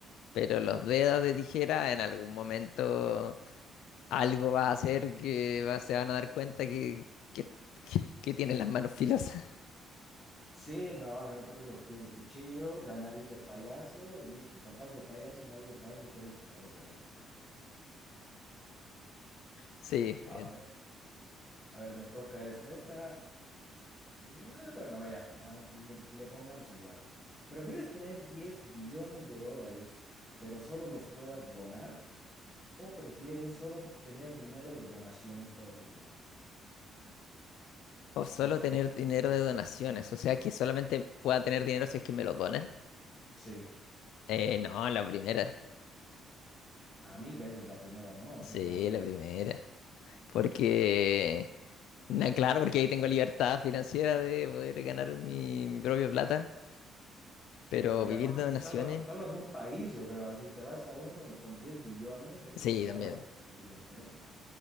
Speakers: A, on the left; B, on the left.
A: pero los dedos de tijera, en algún momento algo va a hacer que va- se van a dar cuenta que, que, que que tienen las manos filosas. <laughs>
B: Sí, no, no, yo prefiero los pies de cuchillo, la nariz de payaso y listo. Zapatos de payaso, nariz de payaso y estás hecho para ser payaso con eso.
A: Sí.
B: A
A: eh.
B: ver. A ver, me toca esta. Esta, eh, bueno, vaya, ah, le, le pongamos igual. ¿Prefieres tener 10 billones de dólares, pero solo los puedas donar? ¿O prefieres solo tener dinero de donaciones toda tu vida?
A: O solo
B: O sea, solo
A: tener
B: puedes...
A: dinero de donaciones,
B: que te donen.
A: o sea que solamente pueda tener dinero si es que me lo donan.
B: Sí,
A: Eh, no, la primera.
B: a mil veces la primera, ¿no? Así
A: Sí,
B: como que...
A: la primera. Porque, na, claro, porque ahí tengo libertad financiera de poder ganar mi, mi propia plata, pero
B: Y
A: vivir
B: aparte,
A: de donaciones,
B: salvas, salvas un país, yo creo, así te vas a uno y con 10 billones, yo
A: sí,
B: creo que salvas
A: también.
B: un país entero, hermano.